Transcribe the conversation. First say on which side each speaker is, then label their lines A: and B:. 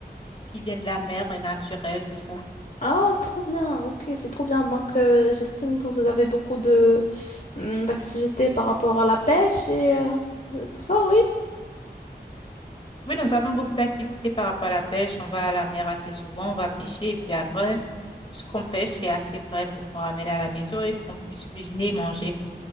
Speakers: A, on the left (about 30°); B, on the left (about 50°).
A: ce qui vient de la mer et naturel, tout ça.
B: Ah, trop bien, ok, c'est trop bien. Donc, euh, j'estime que vous avez beaucoup de hum, d'activités par rapport à la pêche et euh, euh, tout ça, oui.
A: Oui, nous avons beaucoup d'activités par rapport à la pêche. On va à la mer assez souvent, on va pêcher et puis après, ce qu'on pêche, c'est assez frais pour qu'on ramène à la maison et qu'on puisse cuisiner et manger.